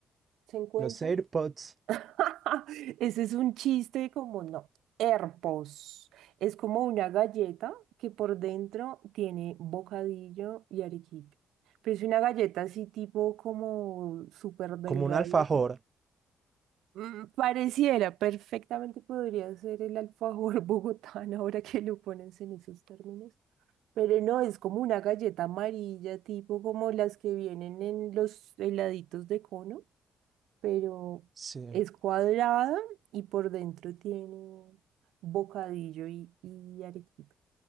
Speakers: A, on the right (about 85°); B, on the right (about 40°).
A: se encuentran.
B: Los AirPods,
A: <laughs> Ese es un chiste como no. Herpos. Es como una galleta que por dentro tiene bocadillo y arequipe. Pero es una galleta así tipo como súper delgadita.
B: Como un alfajor.
A: Mm, Pareciera, perfectamente podría ser el alfajor <laughs> bogotano ahora que lo pones en esos términos. Pero no, es como una galleta amarilla, tipo como las que vienen en los heladitos de cono, pero
B: sí,
A: es cuadrada y por dentro tiene bocadillo y, y arequipe.